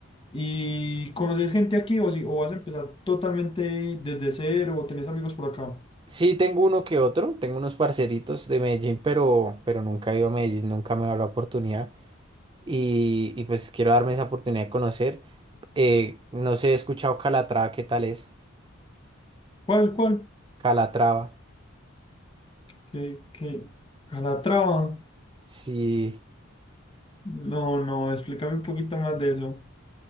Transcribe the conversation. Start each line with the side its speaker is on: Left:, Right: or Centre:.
Left: ¿Y conoces gente aquí o, si, o vas a empezar totalmente desde cero o tenés amigos por acá?
Right: Sí, tengo uno que otro, tengo unos parceritos de Medellín, pero, pero nunca he ido a Medellín, nunca me ha dado la oportunidad y, y pues quiero darme esa oportunidad de conocer. Eh, no sé, he escuchado Calatrava, ¿qué tal es?
Left: ¿Cuál, cuál?
Right: Calatrava,
Left: que, que Calatrava.
Right: sí.
Left: No, no, explícame un poquito más de eso.